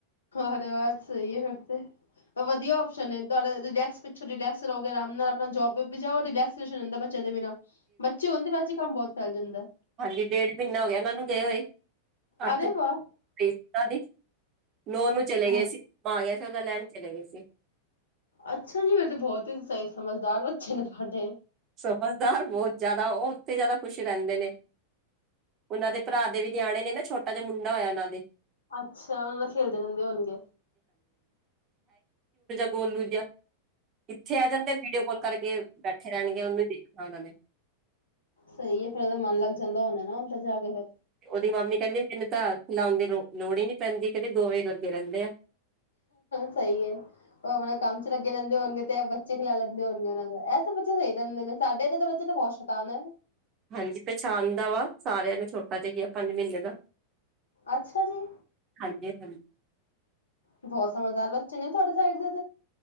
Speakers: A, on the left; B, on the right.
A: ਅਰੇ ਬੋਹੁਤ ਸਹੀ ਹੈ ਫਿਰ ਤੇ ਵਧੀਆ ਓਸ਼ਨ ਤੁਹਾਡਾ ਰਿਲੈਕਸ ਪਿੱਛੋਂ ਰਿਲੈਕਸ ਰੋਗੇਰਾਮ ਨਾਲ ਆਪਣਾ ਜੋਬ ਵੀ ਜਾਓ ਰਿਲੈਕਸਸ਼ਨ ਰਹਦਾ ਬੱਚੇ ਦੇ ਬਨਾਂ ਬੱਚੇ ਹੁੰਦੇ ਵੈਸੈ ਕੰਮ ਬਹੁਤ ਚੱਲ ਜਾਂਦਾ
B: ਹਾਂਜੀ ਡੇਢ ਮਹੀਨਾ ਹੋ ਗਿਆ ਉਹਨਾਂ ਨੂੰ ਗਏ ਹੋਏ ਅੱਠ
A: ਅਰੇ ਵਾਹ
B: <unintelligible> ਸਾਲ ਦੀ ਨੋ ਨੂੰ ਚਲੇ
A: ਬਹੁਤ
B: ਗਏ ਸੀ ਗ ਸ਼ਦਾ ਲੈਣ ਚਲੇ ਗਏ ਸੀ
A: ਅੱਛਾ ਜੀ ਮੇ ਤੇ ਬਹੁਤ ਹੀ ਸਹੀ ਸਮਝਦਾਰ ਬੱਚੇ ਨੇ ਤੁਹਡੇ
B: ਸਮਝਦਾਰ ਬਹੁਤ ਜ਼ਿਆਦਾ ਉਹ ਉੱਥੇ ਜ਼ਿਆਦਾ ਖੁਸ਼ ਰਹਿੰਦੇ ਨੇ ਉਹਨਾਂ ਦੇ ਭਰਾ ਦੇ ਵੀ ਨਿਆਣੇ ਨੇ ਨਾ ਛੋਟਾ ਜਿਹਾ ਮੁੰਡਾ ਹੋਇਆ ਉਹਨਾਂ ਦੇ
A: ਅੱਛਾ ਉਹਨਾਂ ਨਾਲ ਖੇਲਦੇ ਰਹਿੰਦੇ ਹੋਣਗੇ
B: ਬੋਲੂ ਜਿਆ ਇੱਥੇ ਆ ਜਾਂਦੇ ਵੀਡੀਓ ਕਾਲ ਕਰਕੇ ਬੈਠੇ ਰਹਿਣਗੇ ਉਹਨੂੰ ਹੀ ਦੇਖਣਾ ਉਹਨਾਂ ਨੇ
A: ਸਹੀ ਹੈ ਫੇਿਰ ਓਦਾ ਮਨ ਲੱਗ ਜਾਂਦਾ ਹਣ ਨਾ ਚਲਾ ਗਿਆ ਫਿਰ
B: ਉਹਦੀ ਮਾਮੀ ਕਹਿੰਦੀ ਮੈਨੂੰ ਤਾਂ ਖਲਾਉਣ ਦੀ ਲੋ ਲੋੜ ਹੀ ਨਹੀਂੀ ਪੈਂਦੀ ਕਹਿੰਦੀ ਦੋ ਵਜੇ ਲੱਗੇ ਰਹਿੰਦੇ ਆ
A: ਸਹੀ ਹੈ ਉਹ ਆਪਣਾ ਕੰਮ ਚ ਲੱਗੇ ਰਹਦੇ ਹੋਣਗੇ ਤੇ ਬੱਚੇ ਖਿਲਾ ਲੈਂਦੇ ਹੋਣਗੇ ਉਹ ਦਾ ਐਸੇ ਬੱਚੇ ਸਹੀ ਰਹਿੰਦੇ ਨੇ ਸਾਡੇ ਇਦੇ ਬੱਚੇ ਤਾਂ ਬਹੁਤ ਸ਼ੈਤਾਨ ਆ
B: ਹਾਂਜੀ ਪਛਾਣ ਦਾ ਵਾ ਸਾਰਿਆਂ ਨੇ ਛੋਟਾ ਜਿਹਾ ਹੀ ਆ ਪੰਜ ਮਹੀਨੇ ਦਾ
A: ਅੱਛਾ ਜੀ
B: ਹਾਂਜੀ ਹਾਂਜੀ
A: ਬਹੁਤ ਸਮਝਦਾਰ ਬੱਚੇ ਨੇ ਤੁਹਾਡੇ ਸਾਈਡ ਦੇ